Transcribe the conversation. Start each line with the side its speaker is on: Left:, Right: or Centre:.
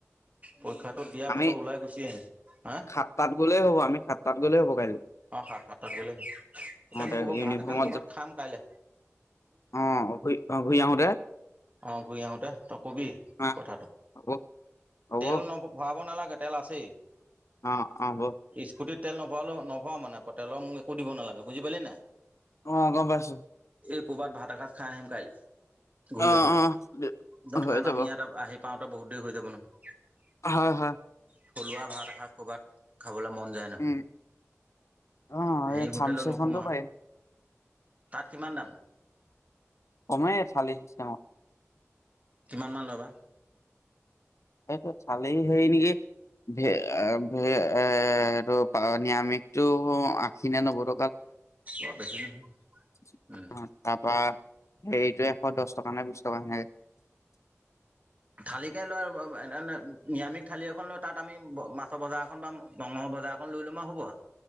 Right: পৰীক্ষাটো দিয়াৰ
Left: আমি
Right: পাছত ওলাই গুচি আহিম হা
Left: সাতটাত গ'লে হ'ব আমি সাতটাত গ'লে হ'ব কাইলৈ।
Right: অ সাত সাতাত গ'লে এতিয়া
Left: আহোতে
Right: আমি ক'ৰবাত
Left: ইউনিফৰ্মত
Right: ভাত এসাঁজ কৰ'ৰবাত
Left: যে-
Right: খাম কাইলে
Left: অ ঘ অ ঘূই আহোতে
Right: অ ঘূৰি আহোতে তই কবি
Left: আহ
Right: কথাটো
Left: হ'ব হ'ব
Right: তেল ন ভৰাব নালাগে হোটেল আছেই
Left: অ অ হব
Right: স্কুটিত তেল নভৱালৌ নভাও মানে তেলৰ মোক একো দিব নালাগে বুজি পালি নাই
Left: অ গম পাইছো
Right: এই ক'ৰবাত ভাত এসাজ খাই আহিম কাইলৈ ঘূৰি
Left: অ
Right: আহোঁতে
Left: অ দে-
Right: দ'ত
Left: হৈ
Right: কাৰণ
Left: যাব
Right: আমি ইয়াত আহি পাওঁতে বহুত দেৰি হৈ যাব নহ
Left: হয় হয়
Right: থলুৱা ভাত এষাৰ ক'ৰবাত খাবলৈ মন যায় নাই
Left: উম অ
Right: সেই
Left: এই থামচেখনতো
Right: হোটেলত নুহোমাওঁ
Left: পাৰিম
Right: আৰু তাত কিমান দাম
Left: কমেই থালি চিষ্টেমত
Right: কিমান মান ল'বা
Left: সেইটো চালেই হেই নেকি ভ ভ এ এইটো নিৰামিষটো আঁখি নে নবত
Right: বৰ বেছি নহয়
Left: <unintelligible>
Right: উম
Left: হেৰিটো এশ দহ টকা নে বিশ টকাখনে
Right: থালিকে লৈ এ নিৰামিষ থঠালি এখন লৈ তাত আমি মাছৰ বজাৰ এখন বা বংশ বজ অক লৈ ল'ম হ'ব